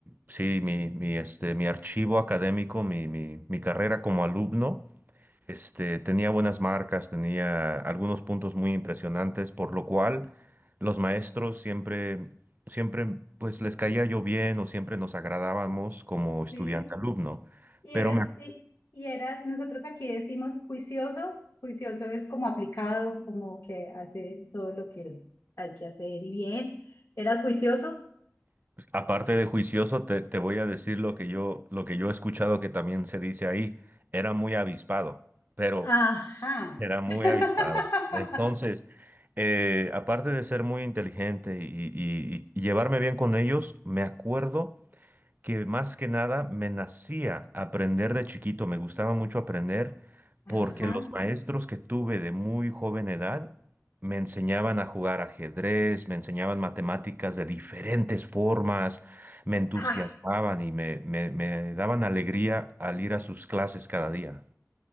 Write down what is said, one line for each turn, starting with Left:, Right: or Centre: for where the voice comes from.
Right: sí, mi, mi, este, mi archivo académico, mi, mi, mi carrera como alumno. Este, tenía buenas marcas, tenía algunos puntos muy impresionantes, por lo cual los maestros siempre, siempre, pues les caía yo bien o siempre nos agradábamos como estudiante-alumno.
Left: sí. Y
Right: Pero
Left: eras,
Right: me-
Left: y, y eras, nosotros aquí decimos juicioso, juicioso es como aplicado, como que hace todo lo que hay que hacer y bien. ¿Eras juicioso?
Right: aparte de juicioso, te, te voy a decir lo que yo, lo que yo he escuchado que también se dice ahí, era muy avispado, pero
Left: Ajá.
Right: era muy
Left: <laughs>
Right: avispado. Entonces, eh, aparte de ser muy inteligente y, y y- y llevarme bien con ellos, me acuerdo que más que nada me nacía aprender de chiquito, me gustaba mucho aprender
Left: Ajá.
Right: porque los maestros que tuve de muy joven edad me enseñaban a jugar ajedrez, me enseñaban matemáticas de diferentes formas, me entusiasmaban
Left: Ay,
Right: y me, me, me daban alegría al ir a sus clases cada día.